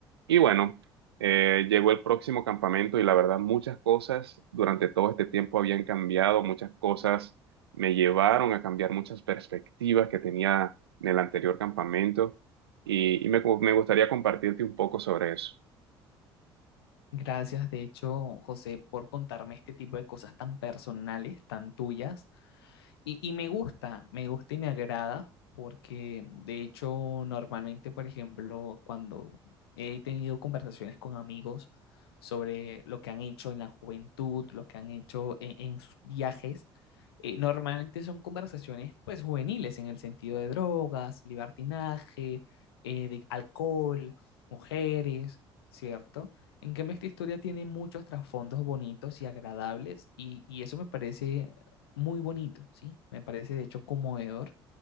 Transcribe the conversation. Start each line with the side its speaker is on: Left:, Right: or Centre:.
Right: Y bueno, eh, llegó el próximo campamento y la verdad muchas cosas durante todo este tiempo habían cambiado, muchas cosas me llevaron a cambiar muchas perspectivas que tenía en el anterior campamento y, y me me gustaría compartirte un poco sobre eso.
Left: Gracias, de hecho, José, por contarme este tipo de cosas tan personales, tan tuyas. Y, y me gusta, me gusta y me agrada porque de hecho normalmente, por ejemplo, cuando he tenido conversaciones con amigos sobre lo que han hecho en la juventud, lo que han hecho en, en sus viajes, eh, normalmente son conversaciones pues juveniles en el sentido de drogas, libertinaje, eh, de alcohol, mujeres, ¿cierto? En cambio, esta historia tiene muchos trasfondos bonitos y agradables y, y eso me parece muy bonito, ¿sí? Me parece de hecho conmovedor